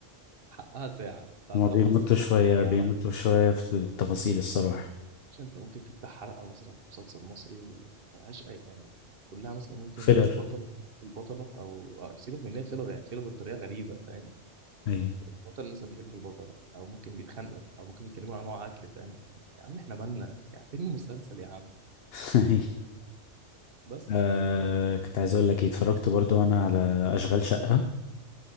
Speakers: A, on the right (about 55°); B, on the left (about 60°).
A: حقها ساعة ساعة
B: ما
A: ساعة
B: بيمطوا
A: ونص ساعتين
B: شوية
A: يا
B: بيمطوا
A: عم
B: شوية في التفاصيل الصراحة
A: مش انت ممكن تفتح حلقة مثلا في مسلسل مصري ملهاش اي يعني كلها مثلا ممكن
B: فيلر
A: البطل البطلة أو آه، سيبك من إن هي فيلر يعني فيلر بطريقة غريبة فاهم
B: ايوه
A: البطل مثلا بيحب في البطلة أو ممكن بيتخانقوا أو ممكن بيتكلموا عن نوع أكل فاهم يا عم إحنا مالنا يعني فين المسلسل يا عم
B: <laughs> أيوة.
A: بس
B: آه
A: طبعاً
B: كنت عايز اقول لك ايه اتفرجت برضو انا على اشغال شقة